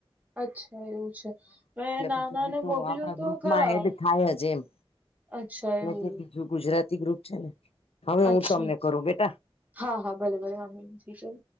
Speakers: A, on the right (about 15°); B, on the left (about 85°).
A: અચ્છા એવું છે મે નાના
B: પછી હું
A: ને
B: તો
A: મોકલ્યું
B: આપણા
A: તો
B: ગ્રુપમાં
A: ખરા.
B: એડ થાય જ એમ
A: અચ્છા
B: અને
A: એવું.
B: બીજું ગુજરાતી ગ્રુપ છે ને હવે
A: અચ્છા
B: હું તમને કરું બેટા.
A: હા હા ભલે ભલે.